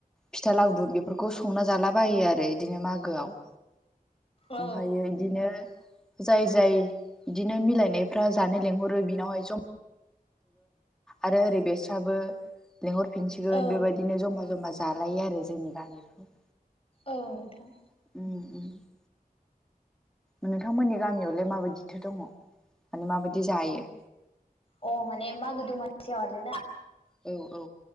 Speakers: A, in the centre; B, on the left.
A: फिथा लावदुम बेफोरखौ संना जालाबायो आरो बिदिनो मागोआव।
B: औ
A: ओमफ्रायो बिदिनो जाय जाय बिदिनो मिलायनायफ्रा जानो लेंहरो बिनावहाय ज आरो ओरै बेस्राबो लिंहरफिनसिगोन
B: औ
A: बेबायदिनो जमा जमा जालायो आरो जोंनि गामिफ्राव।
B: औ नोंथां।
A: <unintelligible> नोंथांमोननि गामियावलाय माबायदिथो दङ? माने माबायदि जायो?
B: अ माने मागो दमासियाव आरो ना।
A: औ औ